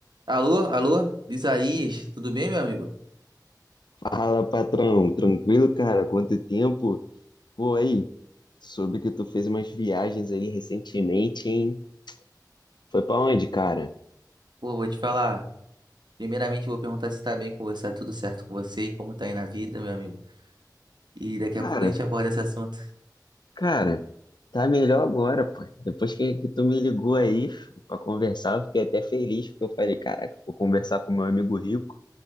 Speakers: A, on the right; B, on the left.
A: Alô, alô, Isaías, tudo bem, meu amigo?
B: Fala, patrão. Tranquilo, cara? Quanto tempo? Pô, aí, soube que tu fez umas viagens aí recentemente, hein? Foi pra onde, cara?
A: Pô, vou te falar. Primeiramente, eu vou perguntar se tá bem com você, tá tudo certo com você e como tá aí na vida, meu amigo. E daqui
B: Cara,
A: a pouco a gente aborda esse assunto.
B: cara, tá melhor agora, pô. Depois que, que tu me ligou aí filho, pra conversar, eu fiquei até feliz, porque eu falei, caraca, vou conversar com meu amigo rico,